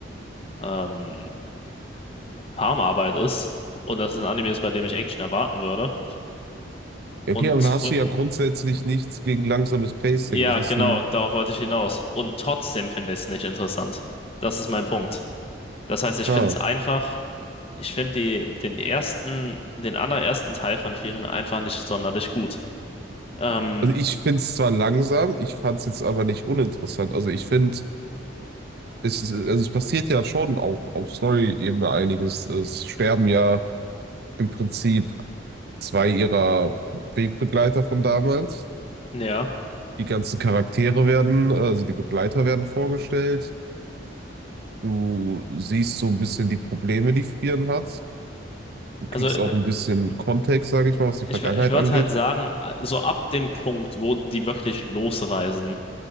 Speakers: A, on the left (about 30°); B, on the right (about 55°).
A: ähm, Farmarbeit ist und das ein Anime ist, bei dem ich Action erwarten würde.
B: Ja,
A: Und
B: Okay, aber
A: tr-
B: da hast du ja grundsätzlich nichts gegen langsames Pacing.
A: ja,
B: Was ist
A: genau,
B: denn?
A: darauf wollte ich hinaus. Und trotzdem finde ich es nicht interessant. Das ist mein Punkt. Das heißt, ich
B: Ah.
A: finde es einfach, ich finde die, den ersten, den allerersten Teil von Frieren einfach nicht sonderlich gut. Ähm,
B: Also ich finde es zwar langsam, ich fand es jetzt aber nicht uninteressant. Also ich finde, es ist, also es passiert ja schon auch auf Story-Ebene einiges. Es sterben ja im Prinzip zwei ihrer Wegbegleiter von damals.
A: ja.
B: Die ganzen Charaktere werden, also die Begleiter werden vorgestellt. Du siehst so ein bisschen die Probleme, die Frieren hat. Du kriegst
A: Also äh,
B: auch ein bisschen Kontext, sage ich mal, was die
A: ich,
B: Vergangenheit
A: wür- ich würde
B: angeht.
A: halt sagen, äh, so ab dem Punkt, wo die wirklich losreisen,